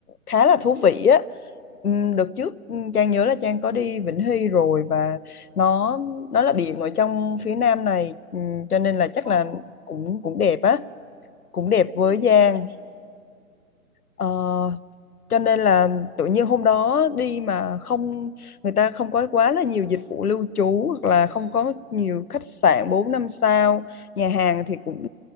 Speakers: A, on the left; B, on the right.
A: khá là thú vị á Ừm, đợt trước ừm, Trang nhớ là Trang có đi Vĩnh Hy rồi và nó nó là biển ở trong phía nam này ừm, cho nên là chắc
B: ờ
A: là cũng cũng đẹp á cũng đẹp
B: Vĩnh
A: với
B: Hy thì
A: Giang
B: siêu đẹp ý
A: Ờ, cho nên là tự nhiên hôm đó đi mà không người ta không có quá là nhiều dịch vụ lưu trú hoặc là không có nhiều khách sạn 4 năm sao nhà hàng thì cũng